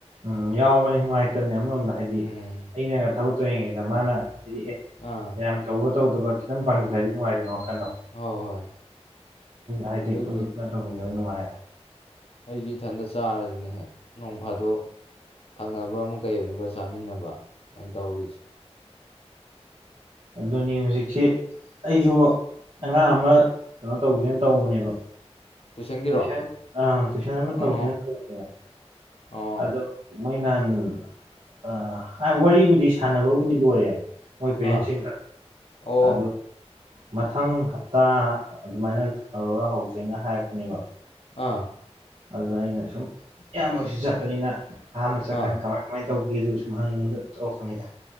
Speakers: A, on the right; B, on the left.
A: ꯎꯝ ꯌꯥꯎꯕꯅꯤ ꯅꯨꯡꯉꯥꯏꯇꯕꯅꯦ ꯑꯃꯔꯣꯝꯗ ꯍꯥꯏꯗꯤ
B: ꯎꯝ
A: ꯑꯩꯅꯒ ꯊꯕꯛ ꯇꯧꯔꯤꯉꯩꯗ ꯃꯅ ꯍꯥꯏꯗꯤ ꯑꯦ
B: ꯑꯥ
A: ꯌꯥꯝ ꯇꯧꯕ ꯇꯧꯗꯕ ꯈꯤꯇꯪ ꯄꯥꯡꯖꯤꯜꯂꯗꯤ ꯅꯨꯡꯉꯥꯏꯗꯅ ꯅꯠꯇ꯭ꯔꯣ
B: ꯍꯣꯏ ꯍꯣꯏ
A: ꯍꯥꯏꯗꯤ
B: ꯑꯗꯨꯒꯤ
A: ꯄꯨꯟꯅ ꯄꯨꯟꯅ ꯇꯧꯃꯤꯟꯅꯕ ꯅꯨꯡꯉꯥꯏꯌꯦꯕ
B: ꯑꯩꯁꯤ ꯏꯊꯟꯇ ꯆꯥꯔꯁꯤꯅꯦ ꯍꯦꯛ ꯅꯣꯡ ꯐꯥꯗꯣꯛ ꯊꯥꯪꯅꯕ ꯑꯃꯨꯛ ꯀꯩ ꯑꯃꯨꯛꯀ ꯆꯥꯃꯤꯟꯅꯕ ꯇꯩꯔꯤꯁꯤ
A: ꯑꯗꯨꯅꯤ ꯍꯧꯖꯤꯛꯁꯤ ꯑꯩꯁꯨ ꯑꯉꯥꯡ ꯑꯃ ꯀꯩꯅꯣ ꯇꯧꯁꯤꯅ ꯇꯧꯕꯅꯦꯕ
B: ꯇꯨꯏꯁꯟꯒꯤꯔꯣ
A: ꯇꯨꯏꯁꯟ ꯑꯪ ꯇꯨꯏꯁꯟ ꯑꯃ
B: ꯑꯣ
A: ꯇꯧꯁꯤꯅ ꯇꯧꯕꯅꯦꯕ
B: ꯑꯣ
A: ꯑꯗꯣ ꯃꯣꯏꯅꯍ ꯋꯥꯔꯤꯕꯨꯗꯤ ꯁꯥꯟꯅꯕꯕꯨꯗꯤ ꯂꯣꯏꯔꯦ ꯃꯣꯏ ꯄꯦꯔꯦꯟꯁꯤꯡꯒ
B: ꯑꯥ ꯑꯣ
A: ꯑꯗꯣ ꯃꯊꯪ ꯍꯞꯇꯥ ꯑꯗꯨꯃꯥꯏꯅ ꯇꯧꯔꯒ ꯍꯧꯁꯦꯅ ꯍꯥꯏꯔꯛꯄꯅꯦꯕ
B: ꯑꯥ
A: ꯑꯗꯨꯗ ꯑꯩꯅ ꯁꯨꯝ ꯏꯌꯥꯝꯕꯁꯨ ꯆꯠꯄꯅꯤꯅ ꯑꯍꯥꯟꯕ ꯆꯠꯀꯥꯟꯗ
B: ꯑꯥ
A: ꯀꯃꯥꯏ ꯀꯃꯥꯏ ꯇꯧꯒꯦꯗꯨ ꯁꯨꯝꯍꯪꯒꯦꯗ ꯇꯧꯔꯛꯄꯅꯤꯗ